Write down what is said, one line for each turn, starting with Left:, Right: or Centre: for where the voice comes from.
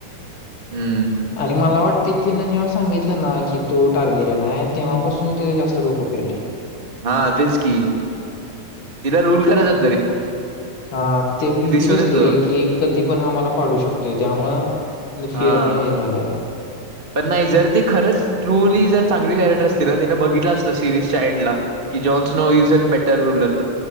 Right: हम्म
Left: आणि मला वाट ते तिनं जेव्हा सांगितलं ना की तो टार्गेरिय ना आहे तेव्हापासून तिथ जास्त डोकं फिरलंय.
Right: हा तेच की तिला रूल करायचो.
Left: हा ते भीती
Right: दिसत
Left: बसली
Right: होत
Left: रे की कधी पण हा मला पाडू शकतोय त्यामुळ. फियर
Right: हा
Left: हे झालंय.
Right: पण नाही जर ती खरंच ट्रुली जर चांगली कॅरेक्टर असते ना त्यािने बघितलं असतं सिरीजच्या एंडला. कि Jon Snow is an better ruler.